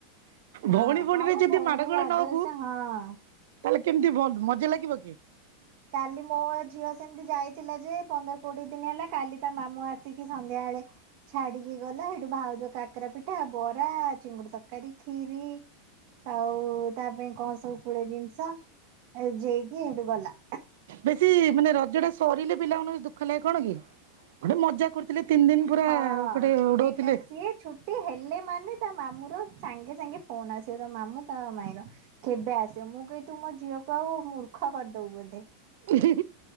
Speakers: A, on the right (about 50°); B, on the right (about 70°).
A: ହଁ
B: ଭଉଣୀ ଭଉଣୀରେ
A: ହଁ ମୋ
B: ଯଦି
A: ଭଉଣୀ
B: ମାଡଗୋଳ
A: ରାଗରେ
B: ନ ହବୁ
A: ସେ ହଁ।
B: ତାଲେ କେମିତି ବ ମଜା ଲାଗିବ କି।
A: କାଲି ମୋ ଝିଅ ସେମିତି ଯାଇଥିଲା ଯେ ପନ୍ଦର କୋଡିଏ ଦିନି ହେଲା କାଲି ତା ମାମୁଁ ଆସି ଠିକ୍ ସନ୍ଧ୍ୟାବେଳେ ଛାଡିକି ଗଲା ହେଠୁ ଭାଉଜ କାକେରା ପିଠା, ବରା, ଚିଙ୍ଗୁଡ଼ି ତରକାରୀ, ଖିରି ଆଉ ତା ପାଇଁ କଣ ସବୁ ପୁଳେ ଜିନିଷ ଯେଇକି ସେଠୁ ଗଲା।
B: ବେଶୀ ମାନେ ରଜ ଟା ସରିଲେ ପିଲାମାନଙ୍କୁ ଦୁଃଖ ଲାଗେ କଣ କି ଗୋଟେ ମଜା କରୁ ଥିଲେ ତିନି ଦିନି ପୁରା
A: ହଁ
B: ଗୋଟେ
A: ସିଏ
B: ଉଡଉଥିଲେ।
A: ଯାଇତା ସିଏ ଛୁଟି ହେଲେ ମାନେ ତା ମାମୁଁ ର ସାଙ୍ଗେ ସାଙ୍ଗେ ଫୋନ ଆସିବ ତା ମାମୁଁ ତା ମାଇଁର। କେବେ ଆସିବ ମୁଁ କହିବି ତୁ ମୋ ଝିଅକୁ ଆଉ ମୂର୍ଖ କରଦବୁ ବୋଧେ।
B: ହୁଁ